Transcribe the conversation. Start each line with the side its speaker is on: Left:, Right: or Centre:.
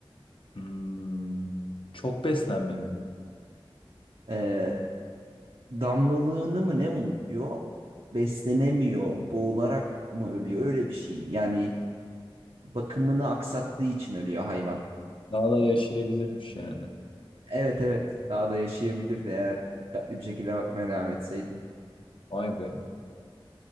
Left: Hmm, çok beslenme mi?
Right: Eee, damlalığını mı ne unutuyor? Beslenemiyor, boğularak mı ölüyor? Öyle bir şey. Yani bakımını aksattığı için ölüyor hayvan.
Left: Daha da yaşayabilirmiş yani.
Right: Evet evet daha da yaşayabilirdi eğer dikkatli bir şekilde bakmaya devam etseydi.
Left: Vay be.